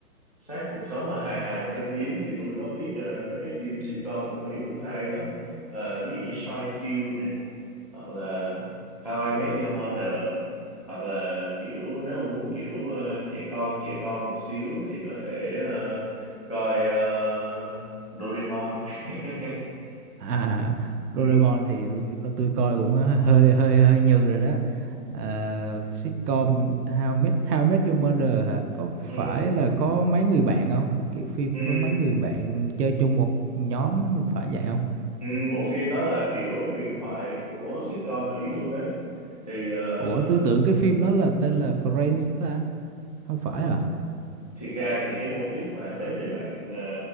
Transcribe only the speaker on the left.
Sát cuộc sống mà hài hài châm biếm thì tôi có biết ờ, mấy cái phim sitcom của Mỹ cũng hay lắm. Ờ, ví dụ như Seinfeld nè, hoặc là How I Met Your Mother, hoặc là kiểu nếu mà muốn kiểu ờ, trẻ con, trẻ con một xíu thì có thể ờ, coi ờ, Doraemon. <laughs>
Ừ.
Ừ,
ừ,
ừ, bộ phim đó là kiểu huyền thoại của sitcom Mỹ luôn á thì ờ,
thiệt ra thì cái mô típ mà mấy người bạn ờ,